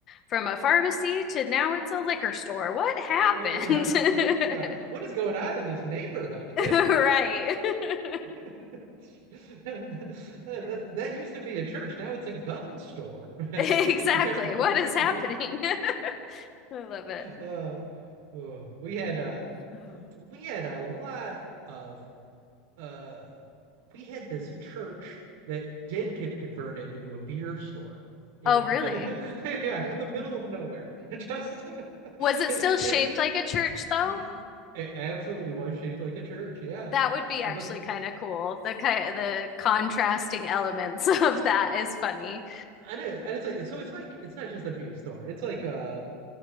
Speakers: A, on the left (about 30°); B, on the right (about 75°).
A: from a pharmacy to now it's a liquor store. What happened?"
B: Oh yeah. Yeah.
A: <laughs>
B: What is going on in this neighborhood?
A: Right. <laughs>
B: <laughs> That
A: Good.
B: that
A: <laughs>
B: used to be a church. Now it's a gun store.
A: Exactly.
B: <laughs>
A: What is happening?
B: Yeah.
A: <laughs> I love it.
B: Uh, oh, we had uh
A: Mhm.
B: we had a lot of uh we had this church that did get converted into a beer store in
A: Oh, really?
B: <laughs> yeah, in the middle of nowhere. <laughs> Just <laughs>
A: Was it
B: in
A: still shaped like a church though?
B: it absolutely was shaped like a church, yeah.
A: That would be
B: Uh,
A: actually
B: But
A: kind of cool. The ki the contrasting elements <laughs> of that is funny.
B: I don't, I don't say so. It's like it's not just a beer store. It's like um